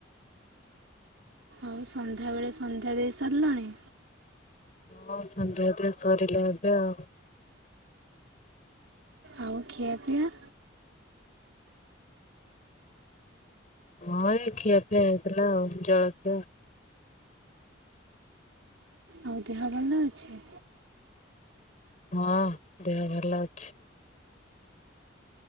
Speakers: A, on the right (about 75°); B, on the left (about 40°).
A: ଆଉ ସନ୍ଧ୍ୟାବେଳେ ସନ୍ଧ୍ୟା ଦେଇ ସାରିଲଣି?
B: ହଁ ସନ୍ଧ୍ୟା ଏବେ ସରିଲେ ଏବେ ଆଉ।
A: ଆଉ ଖିଆ ପିଆ?
B: ହଁ ଏଇ ଖିଆପିଆ ହେଇଥିଲା ଆଉ ଜଳକ୍ଷା।
A: ଆଉ ଦେହ ଭଲ ଅଛି।
B: ହଁ ଦେହ ଭଲ ଅଛି।